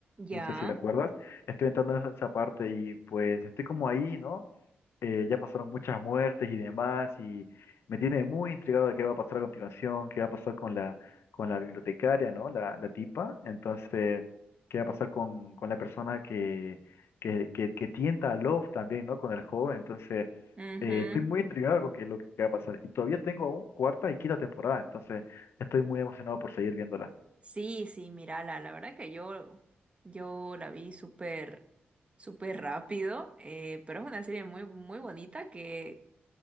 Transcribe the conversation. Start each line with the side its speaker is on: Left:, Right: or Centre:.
Right: Ya,
Left: No sé si te acuerdas. Estoy entrando en esa parte y pues estoy como ahí, ¿no? Eh, ya pasaron muchas muertes y demás y me tiene muy intrigado de qué va a pasar a continuación, qué va a pasar con la, con la bibliotecaria, ¿no? La, la tipa. Entonces, qué va a pasar con, con la persona que, que, que, que tienta a Love también, ¿no? Con el joven. Entonces,
Right: ujú.
Left: eh, estoy muy intrigado con qué, lo que va a pasar. Y todavía tengo aún cuarta y quinta temporada, entonces estoy muy emocionado por seguir viéndola.
Right: Sí, sí, mírala, la verdad que yo, yo la vi súper, súper rápido, eh, pero es una serie muy, muy bonita que